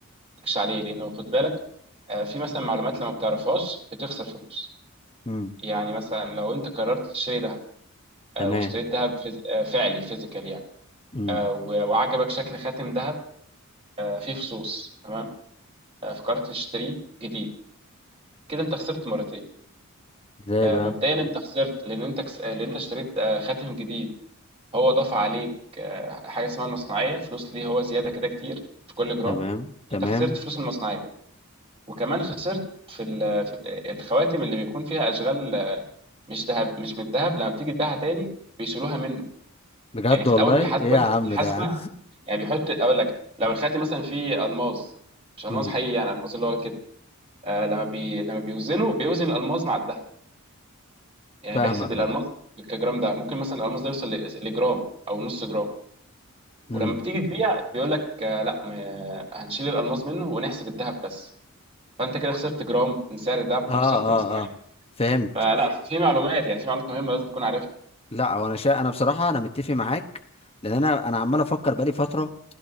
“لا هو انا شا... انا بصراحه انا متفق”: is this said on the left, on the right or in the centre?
Left